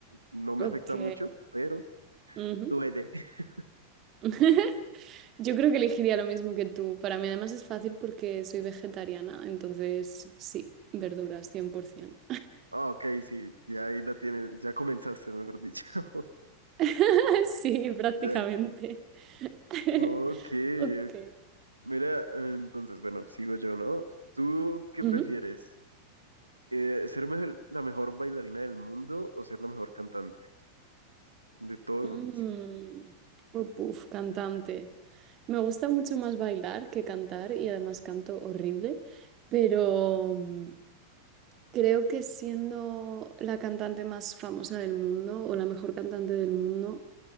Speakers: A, on the right; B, on the right.
A: No me
B: Ok.
A: afecta mucho, pero
B: ujú.
A: duele. <laughs>
B: <laughs> Yo creo que elegiría lo mismo que tú. Para mí además es fácil porque soy vegetariana, entonces sí, verduras, 100%.
A: Ah, ok, sí, ya ahí la tienes, ya comenzaste, mejor dicho. <laughs>
B: <laughs> Sí, prácticamente.
A: Ya.
B: <laughs>
A: Ok,
B: Ok.
A: ok. mira, entonces, bueno, sigo yo, ¿no? ¿Tú qué
B: Ujú.
A: prefieres? Eh, ¿ser me- la mejor bailarina del mundo o ser la mejor cantante? De todo el
B: Mm.
A: mundo, sí.
B: Oh, puf, cantante. Me gusta mucho más bailar que cantar y además canto horrible, pero mm, creo que siendo la cantante más famosa del mundo o la mejor cantante del mundo,